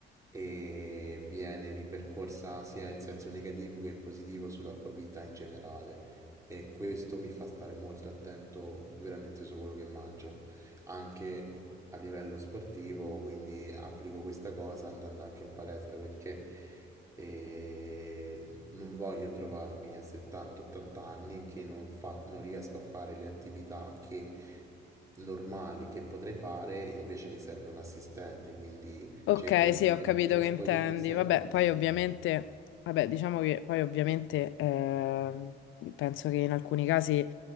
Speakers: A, on the right; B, on the left.
A: e viene ripercorsa sia in senso negativo che in positivo sulla tua vita in generale. E questo mi fa stare molto attento veramente su quello che mangio, anche a livello sportivo, quindi applico questa cosa andando anche in palestra perché eh, non voglio trovarmi a 70-80 anni che non, fa- non riesco a fare le attività che, normali che potrei fare, invece mi serve un assistente, quindi
B: Ok,
A: cerco di
B: sì,
A: tenere
B: ho capito
A: i muscoli
B: che intendi.
A: sempre
B: Vabbè,
A: attivi.
B: poi ovviamente, vabbè, diciamo che poi ovviamente ehm, penso che in alcuni casi